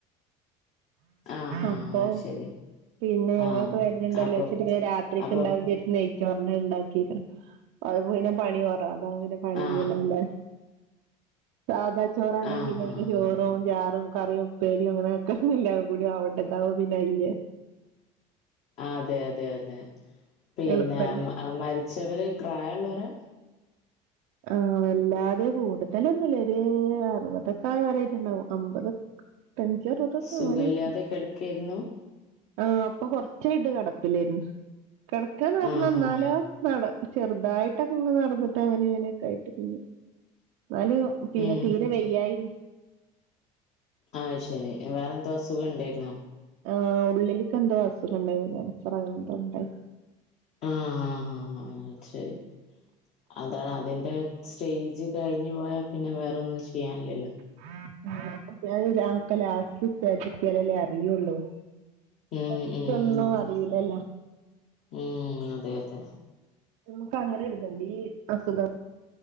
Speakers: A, on the left; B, on the right.
A: ആഹ് ആഹ്
B: അപ്പൊ
A: അത് ശരി
B: പിന്നെ ഞങ്ങളൊക്കെ
A: ആഹ്
B: വരുന്ന്ണ്ടല്ലോ
A: അപ്പൊ
B: വെച്ചിട്ട് രാത്രിക്കെ
A: അപ്പൊ
B: ഇണ്ടാവും വിചാ നെയ്ച്ചോറിൻ്റ ഇണ്ടാക്കിക്കണ് അത് പിന്നെ പണി കുറവാ അതാ പിന്നെ പണി
A: ആഹ്
B: ഇല്ലലേ സാദാ ചോറാണേ
A: ആഹ്
B: പിന്നെനിക്ക്
A: ആഹ്
B: ചോറും
A: ആഹ്
B: ജാറും കറിയും പ്പേരീം അങ്ങനെക്കെ എല്ലാവും കൂടി അവട്ടെ ഇതാമ്പൊ പിന്നെ അ
A: അതെ അതെ അതെ പിന്നെ
B: എളുപ്പല്ലേ
A: മരിച്ചവര് പ്രായള്ളവരാ
B: ആഹ് വല്ലാതെ കൂടുതലൊന്നുല്ല ഒരു അറുപതൊക്കെ വരായിട്ടുണ്ടാവും അമ്പതൊ എൻച്ച് അറുപക്കെ
A: സുഖമില്ലാതെ
B: ആവാനായിട്ട്ണ്ട്
A: കിടക്കായിരുന്നു
B: ആഹ് അപ്പൊ കൊറച്ചായിട്ട് കിടപ്പിലായിരുന്നു കിടക്കന്ന് പറഞ്ഞ
A: ആഹ്
B: എന്നാലോ
A: ആഹ്
B: നട ചെറുതായിട്ടക്കെ ഇങ്ങ് നടന്നിട്ട് അങ്ങനെ ഇങ്ങനൊക്കെ ആയിട്ട് പിന്നെ എന്നാലും പിന്നെ
A: ഉം
B: തീരെ വയ്യായി
A: ആഹ് ശെരി വേറെ എന്താ അസുഖം ഉണ്ടായിരുന്നോ
B: ആഹ് ഉള്ളിലേക്കെന്തോ അസുഖം ഉണ്ടായിന് ക്യാൻസർ അങ്ങനെ എന്തോ ഉണ്ടായി
A: ആഹ് ആഹ് ആഹ് ആഹ് ശരി അതാണ് അതിന്റെ സ്റ്റേജ് കഴിഞ്ഞു പോയാ പിന്നെ വേറൊന്നും ചെയ്യാനില്ലല്ലോ
B: <unintelligible> അറിയുള്ളൂ
A: ഉം
B: ഫസ്റ്റ്
A: ഉം
B: ഒന്നും
A: അതെ
B: അറിയിലല്ലോ
A: ഉം അതെ അതെ
B: ഞമ്മക്ക് അങ്ങനൊര്ത്ണ്ട് ഈ അസുഖം